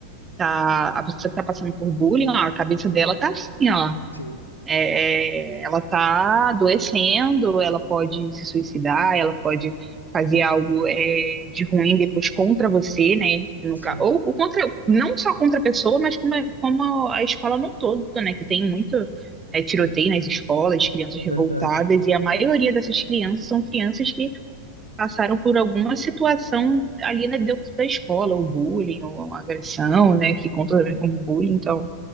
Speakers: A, on the right (about 20°); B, on the left (about 90°).
A: tá- a pessoa que tá passando por bullying, ó, a cabeça dela tá assim, ó.
B: sim,
A: É, é, ela está adoecendo, ela pode se suicidar, ela pode fazer algo é, de ruim depois contra você, né? No
B: sim,
A: ou, ou contra, não só contra a pessoa, mas como, a- como a escola no todo, né? Que tem muito é, tiroteio
B: sim.
A: nas escolas, crianças
B: É verdade.
A: revoltadas, e a maioria dessas crianças são crianças que passaram por alguma situação ali né, dentro da escola, ou bullying, ou agressão, né? Que conta também como bullying, então